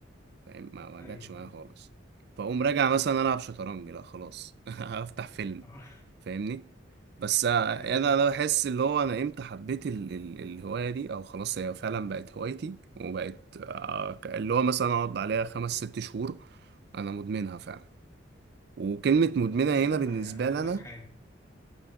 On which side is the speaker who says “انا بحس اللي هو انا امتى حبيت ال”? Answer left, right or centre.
Right